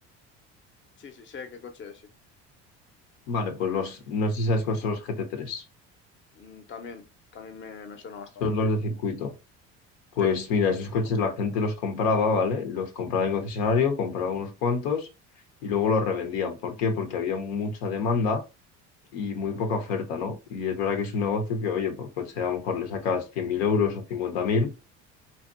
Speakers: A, on the left; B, on the left.
A: Sí, sí, sé qué coche es, sí.
B: Vale, pues los, no sé si sabes cuáles son los gt tres
A: Mm, También, también me, me suena bastante,
B: son
A: sí.
B: los de circuito. Pues
A: Sí.
B: mira, esos coches la gente los compraba, ¿vale? Los compraba en concesionario, compraba unos cuantos y luego los revendían. ¿Por qué? Porque había mucha demanda y muy poca oferta, ¿no? Y es verdad que es un negocio que, oye, por coche a lo mejor le sacas 100.000 euros o cincuenta mil